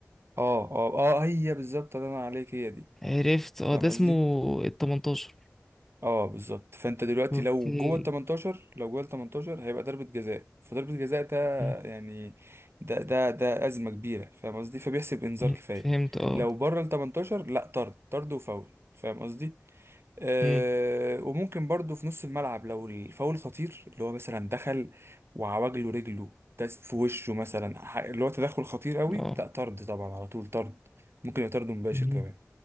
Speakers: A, on the right; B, in the centre.
A: اه اه اه هي بالظبط الله ينور عليك هي دي
B: عرفت اه
A: فاهم
B: ده
A: قصدي؟
B: اسمه ال 18
A: اه بالظبط فانت دلوقتي
B: اوكي
A: لو جوه ال 18 لو جوه ال 18 هيبقى ضربة جزاء فضربة جزاء ده
B: مم.
A: يعني ده ده ده أزمة كبيرة فاهم قصدي؟ فبيحسب إنذار
B: مم.
A: كفاية
B: فهمت اه
A: لو بره ال 18 لا طرد طرد وفاول فاهم قصدي؟ آه،
B: مم.
A: وممكن برضو في نص الملعب لو الفاول خطير اللي هو مثلا دخل وعوجله رجله داس في وشه مثلا ح- اللي هو تدخل خطير قوي
B: اه
A: لا طرد طبعا على طول طرد ممكن يبقى طرد مباشر
B: مهم.
A: كمان